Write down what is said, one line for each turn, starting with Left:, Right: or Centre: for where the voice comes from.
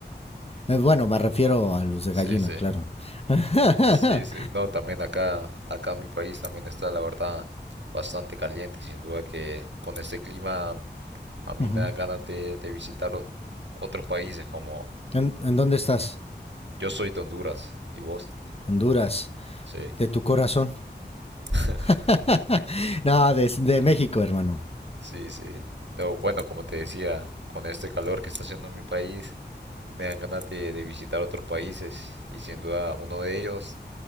Left: Eh, bueno, me refiero a los de
Right: Sí,
Left: gallina,
Right: sí,
Left: claro. <laughs>
Right: sí, sí. No, también acá, acá en mi país también está, la verdad, bastante caliente. Sin duda que con este clima a mí
Left: Ujú.
Right: me dan ganas de, de visitar o- otros países como
Left: ¿En, en dónde estás?
Right: yo soy de Honduras. ¿Y vos?
Left: Honduras.
Right: Sí,
Left: ¿De tu corazón?
Right: <laughs>
Left: <laughs> no, de, de México, hermano.
Right: sí, sí. No, bueno, como te decía, con este calor que está haciendo en mi país, me dan ganas de, de visitar otros países y sin duda uno de ellos